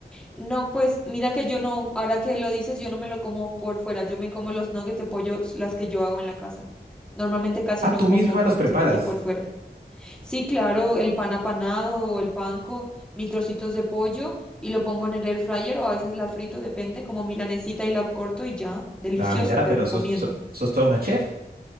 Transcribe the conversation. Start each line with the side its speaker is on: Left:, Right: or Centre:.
Centre: no, pues mira que yo no, ahora que lo dices, yo no me lo como por fuera, yo me como los nuggets de pollo, s- las que yo hago en la casa. Normalmente casi
Right: Ah,
Centre: no
Right: tú
Centre: como
Right: misma
Centre: nuggets
Right: los preparas.
Centre: de pollo por fuera. Sí, claro, el pan apanado o el panco, mis trocitos de pollo y lo pongo en el air fryer o a veces la frito, depende, como milanesita y la corto y ya, delicioso,
Right: Nada, mira,
Centre: te
Right: pero
Centre: recomiendo.
Right: sos, so- sos toda una chef.